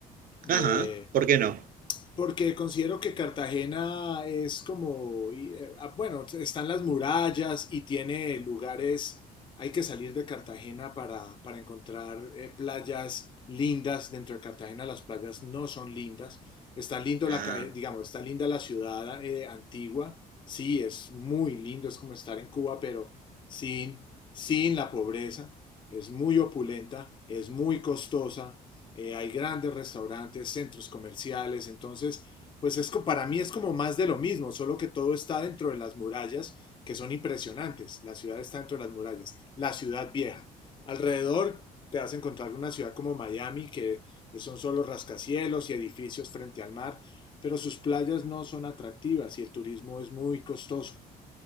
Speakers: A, on the left (about 25°); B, on the right (about 45°).
A: Eh,
B: Ajá. ¿Por qué no?
A: porque considero que Cartagena es como, y, eh, ah, bueno, están las murallas y tiene lugares, hay que salir de Cartagena para, para encontrar eh, playas lindas. Dentro de Cartagena las playas no son lindas. Está lindo
B: Ah.
A: la, ca- eh, digamos, está linda la ciudad eh, antigua. Sí, es muy lindo, es como estar en Cuba, pero sin, sin la pobreza. Es muy opulenta, es muy costosa, eh, hay grandes restaurantes, centros comerciales, entonces, pues es, co- para mí es como más de lo mismo, solo que todo está dentro de las murallas, que son impresionantes. La ciudad está dentro de las murallas, la ciudad vieja. Alrededor te vas a encontrar una ciudad como Miami, que son solo rascacielos y edificios frente al mar, pero sus playas no son atractivas y el turismo es muy costoso.